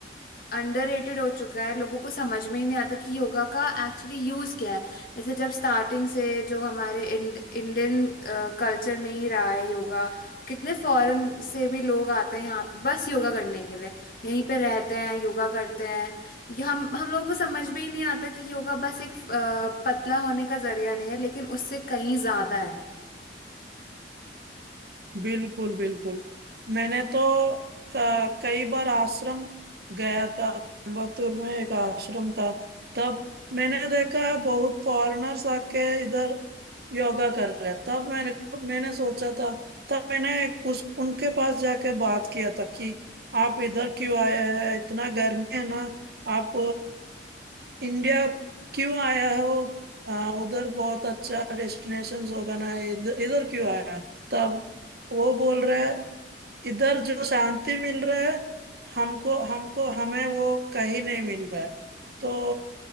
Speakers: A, on the left; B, on the right.
A: अंडररेटेड हो चुका है लोगों को समझ में ही नहीं आता कि योगा का एक्चुअली यूज़ क्या है जैसे जब स्टार्टिंग से जो हमारे इंड, इंडियन कल्चर में ही रहा है योगा कितने फॉरेन से भी लोग आते हैं यहाँ पे बस योगा करने के लिए यहीं पे रहते हैं योगा करते हैं ये हम हम लोगों को समझ में ही नहीं आता कि योगा बस एक अ, पतला होने का जरिया नहीं है लेकिन उससे कहीं ज्यादा है
B: बिल्कुल बिल्कुल मैंने तो क- कई बार आश्रम गया था कोयम्बतूर में एक आश्रम था तब मैंने देखा है बहुत फॉरेनर्स आके इधर योगा कर रहे हैं। तब मैंने मैंने सोचा था तब मैंने उस उनके पास जाके बात किया था कि आप इधर क्यों आए हैं इतना गर्मी है ना आप इंडिया क्यों आया हो आ, उधर बहुत अच्छा डेस्टिनेशंस होगा ना इधर इधर क्यों आया तब वो बोल रहे हैं इधर जो शांति मिल रहा है हमको हमको हमें वो कहीं नहीं मिल रहा है तो